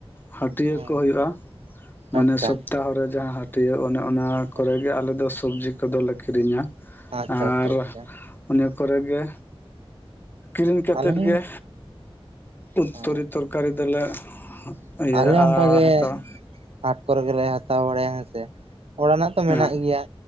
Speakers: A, on the left; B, on the right.
A: ᱦᱟᱹᱴᱤᱭᱟᱹ
B: ᱦᱮᱸ
A: ᱠᱚ ᱦᱩᱭᱩᱜ-ᱟ᱾ ᱢᱟᱱᱮ
B: ᱟᱪᱪᱷᱟ
A: ᱥᱚᱯᱛᱟᱦᱚᱨᱮ ᱡᱟᱦᱟᱸ ᱦᱟᱹᱴᱤᱭᱟᱹ ᱚᱱᱮ ᱚᱱᱟ
B: ᱦᱮᱸ
A: ᱠᱚᱨᱮ ᱜᱮ ᱟᱞᱮ ᱫᱚ ᱥᱚᱵᱽᱡᱤ ᱠᱚᱫᱚᱞᱮ ᱠᱤᱨᱤᱧᱟ᱾
B: ᱟᱪᱪᱷᱟ
A: ᱟᱨ
B: ᱟᱪᱪᱷᱟ ᱟᱪᱪᱷᱟ
A: ᱚᱧᱮᱹ ᱠᱚᱨᱮ ᱜᱮ ᱠᱤᱨᱤᱧ ᱠᱟᱛᱮᱫ
B: ᱟᱞᱮ ᱦᱚᱸ
A: ᱜᱮ ᱩ
B: ᱦᱮᱸ
A: ᱛᱩᱨᱤ ᱛᱚᱨᱠᱟᱨᱤ ᱫᱚᱞᱮ ᱟᱹᱭᱟᱹ
B: ᱟᱞᱮ
A: ᱟᱸᱸ
B: ᱚᱱᱠᱟᱜᱮ
A: ᱦᱟᱛᱟᱣᱟ᱾
B: ᱦᱟᱴ ᱠᱚᱨᱮ ᱜᱮᱞᱮ ᱦᱟᱛᱟᱣ ᱵᱟᱲᱟᱭᱟ ᱦᱮᱸ ᱥᱮ, ᱚᱲᱟᱜ ᱨᱮᱱᱟᱜ ᱛᱚ
A: ᱦᱮᱸ
B: ᱢᱮᱱᱟᱜ
A: ᱦᱮᱸ
B: ᱜᱮᱭᱟ᱾